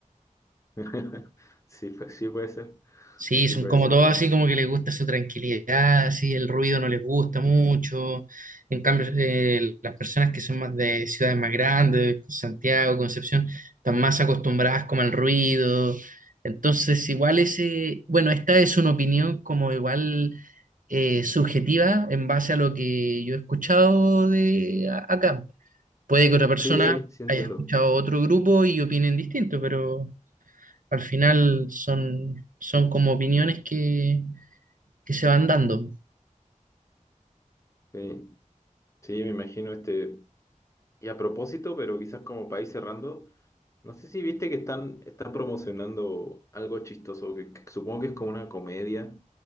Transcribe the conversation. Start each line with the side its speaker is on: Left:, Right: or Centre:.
Left: <laughs> Sí, pues, sí puede ser,
Right: Sí,
Left: sí
Right: son
Left: puede
Right: como
Left: ser.
Right: todos así, como que les gusta su tranquilidad, así, el ruido no les gusta mucho. En cambio, eh, las personas que son más de ciudades más grandes, Santiago, Concepción, están más acostumbradas como al ruido. Entonces, igual ese, bueno, esta es una opinión como igual eh, subjetiva en base a lo que yo he escuchado de a- acá. Puede que otra Sí. persona
Left: Sí, sí, sí entiendo.
Right: haya escuchado otro grupo y opinen distinto, pero al final son, son como opiniones que, que se van dando.
Left: Sí, sí, me imagino este. Y a propósito, pero quizás como país cerrando, no sé si viste que están, están promocionando algo chistoso, que, que supongo que es como una comedia,